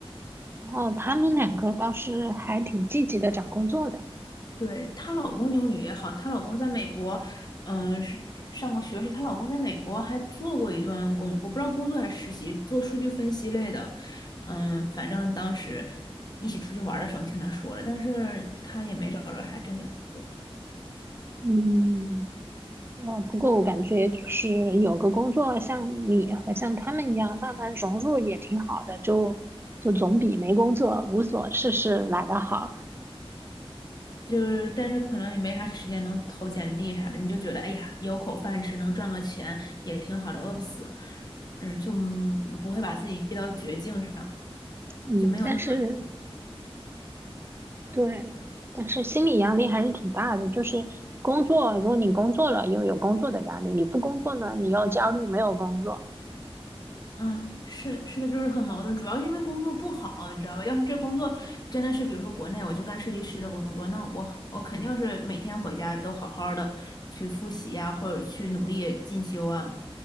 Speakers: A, on the right (about 25°); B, on the left (about 40°).
A: 然后他们两个倒是还挺积极的找工作的，
B: 对，她老公英语也好，她老公在美国，嗯、是上过学，而且她老公在美国还做过一段工，我不知道工作还是实习，做数据分析类的。嗯，反正当时一起出去玩的时候听她说了，但是她也没找着啥正经工作。
A: 嗯。呃，不过我感觉就是有个工作像你和像他们一样慢慢融入也挺好的，就就总比没工作无所事事来得好。
B: 就是，但是可能也没啥时间能投简历啥的，你就觉得，哎呀，有口饭吃，能赚个钱也挺好的，饿不死，嗯，就嗯不会把自己逼到绝境上，
A: 嗯，
B: 就没有那么，
A: 但是对，但是心理压力还是挺大的。就是工作，如果你工作了又有工作的压力，你不工作呢，你又焦虑没有工作。
B: 嗯，是是的，就是很矛盾，主要是因为工作不好，你知道吧？要是这工作真的是，比如说国内我就干设计师的工作，那我好我肯定是每天回家都好好的去复习呀、或者去努力进修啊，